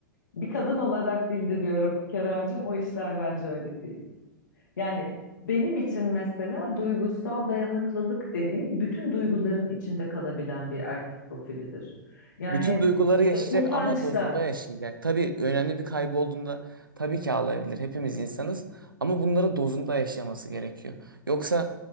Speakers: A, on the left; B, on the right.
A: bir kadın olarak bildiriyorum Keremcim. O işler bence öyle değil. Yani benim için mesela duygusal dayanıklılık dediğim bütün duyguların içinde kalabilen bir erkek profilidir. Yani
B: Bütün duyguları
A: işte
B: yaşayacak
A: utanç
B: ama dozunda
A: da
B: yaşayacak. Tabii önemli bir kaybı olduğunda tabii ki ağlayabilir. Hepimiz insanız ama bunları dozunda yaşaması gerekiyor. Yoksa